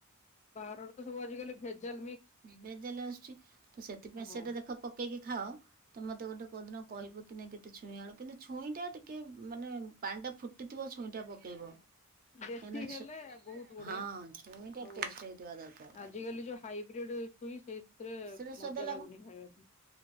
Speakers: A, on the left; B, on the right.
A: ବାହାରର ତ ସବୁ ଆଜିକାଲି ଭେଜାଲ ମିକ୍ସ
B: ଭେଜାଲ ଆସୁଛି। ତ ସେଥିପାଇଁ
A: ହଁ
B: ସେଇଟା ଦେଖ ପକେଇକି ଖାଅ ତମେ ମତେ ଗୋଟେ କୋଉଦିନ କହିବ କି ନାଇଁ କେତେ ଛୁଇଁ ଆଳୁ କିନ୍ତୁ ଛୁଇଁ ଟା ଟିକେ ମାନେ ପାଣି ଟା ଫୁଟିଥିବ ଛୁଇଁ ଟା ପକେଇବ
A: ଦେଶୀ
B: କାହିଁକିନା
A: ହେଲେ
B: ଛୁ
A: ବହୁତ ବଢିଆ
B: ହଁ ଛୁଇଁ ଟା
A: ଆଉ
B: ଟେଷ୍ଟ ହେଇଥିବା ଦରକାର।
A: ଆଜିକାଲି ଯୋଉ ହାଇବ୍ରିଡ୍ ଛୁଇଁ ସେଇଥିରେ
B: ସେଟା ସ୍ୱାଦ
A: ମଜା ଲାଗୁନି ଖାଇବା ପାଇଁ